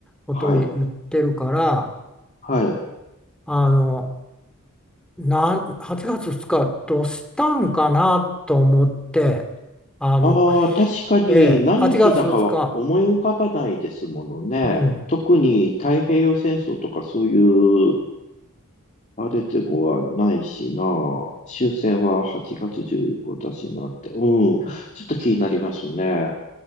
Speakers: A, in the centre; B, on the left.
A: ことを言ってるから
B: はい。はい。
A: あのなん8月2日どうしたんかなと思ってあの
B: ああ、確かに何の日だかは思い浮かばないですものね。
A: ええ、8月2日、うん、
B: 特に太平洋戦争とかそういう、あれでもはないしな。終戦は8月15だしなって。うん。ちょっと気になりますね。